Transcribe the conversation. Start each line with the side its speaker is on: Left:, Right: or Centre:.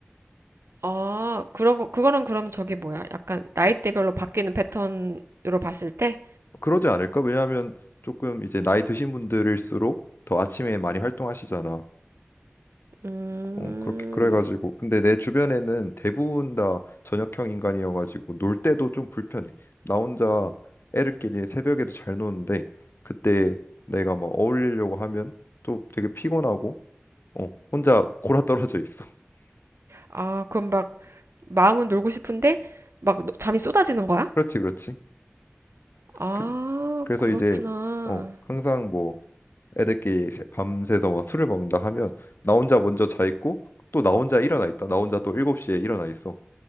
Right: 아, 그런 거, 그거는 그러면 저게 뭐야? 약간 나이대별로 바뀌는 패턴으로 봤을 때?
Left: 그러지 않을까 왜냐하면 조금 이제 나이 드신 분들일수록 더 아침에 많이 활동하시잖아
Right: 음,
Left: 어, 그렇게 그래가지고 근데 내 주변에는 대부분 다 저녁형 인간이어가지고 놀 때도 좀 불편해. 나 혼자 애들끼리 새벽에도 잘 노는데 그때 내가 막 어울리려고 하면 또 되게 피곤하고 어, 혼자 골아떨어져 있어. <laughs>
Right: 아, 그럼 막 마음은 놀고 싶은데 막 노- 잠이 쏟아지는 거야?
Left: 그렇지, 그렇지.
Right: 아,
Left: 그래. 그래서
Right: 그렇구나.
Left: 이제 어, 항상 뭐 애들끼리 새- 밤새서 막 술을 먹는다 하면 나 혼자 먼저 자 있고 또 나 혼자 일어나 있다. 나 혼자 또 7시에 일어나 있어.